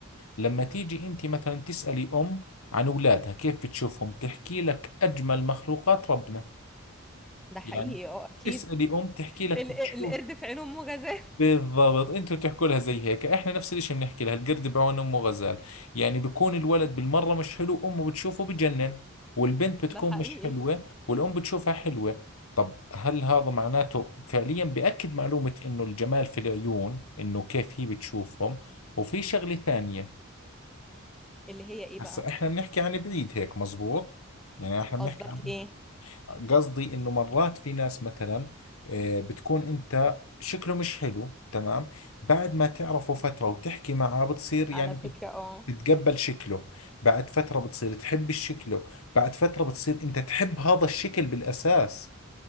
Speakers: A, on the left (about 75°); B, in the centre.
A: لما تيجي انت مثلا تسألي ام عن اولادها كيف بتشوفهم تحكي لك اجمل مخلوقات ربنا
B: ده حقيقي
A: يعني
B: أه أكيد
A: اسألي ام تحكي لك
B: ال-
A: بتشوف
B: القرد في عين أمه غزال
A: بالضبط انتوا تحكوا لها زي هيك احنا نفس الاشي بنحكي لها القرد بعون امه غزال يعني بكون الولد بالمرة مش حلو امه بتشوفه بجنن والبنت بتكون
B: ده حقيقي
A: مش حلوة والام بتشوفها حلوة طب هل هذا معناته فعليا بأكد معلومة انه الجمال في العيون انه كيف هي بتشوفهم وفي شغلة ثانية
B: اللي هي إيه
A: هسا
B: بقى؟
A: احنا بنحكي عن بعيد هيك مزبوط يعني احنا بنحكي
B: قصدك
A: عن
B: إيه؟
A: قصدي انه مرات في ناس مثلا آه، بتكون انت شكله مش حلو تمام بعد ما تعرفه فترة وتحكي معه بتصير يعني
B: على فكرة
A: بت-
B: أه
A: بتتقبل شكله بعد فترة بتصير تحب شكله بعد فترة بتصير انت تحب هذا الشكل بالاساس